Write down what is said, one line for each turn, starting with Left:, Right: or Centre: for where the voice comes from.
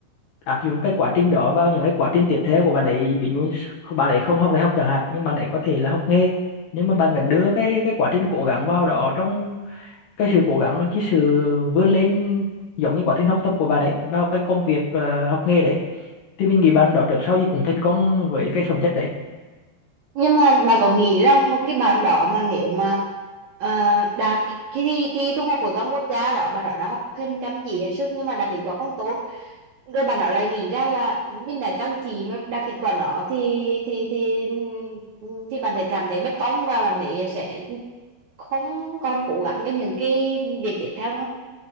Left: áp dụng cái quá trình đó vào những cái quá trình tiếp theo của bạn ấy ví dụ như s- bạn ấy không học đại học chẳng hạn nhưng bạn ấy có thể là học nghề nhưng mà bạn vẫn đưa cái cái quá trình cố gắng vào đó trong cái sự cố gắng cái sự vươn lên giống như quá trình học tập của bạn ấy vào cái công việc ờ, học nghề đấy thì mình nghĩ bạn đó trước sau gì cũng thành công với cái phẩm chất đấy
Right: nhưng mà bà có nghĩ rằng một cái bạn đó mà nếu mà ờ, đạt cái thi, thi trung học phổ thông quốc gia đó bạn đó đã học hành chăm chỉ hết sức nhưng mà đạt kết quả không tốt rồi bạn nói lại nghĩ rằng là mình đã chăm chỉ mà đạt kết quả đó thì thì thì ừ, thì bạn thấy cảm thấy bất công và bạn thấy sẽ không còn cố gắng cho những cái việc tiếp theo nữa không?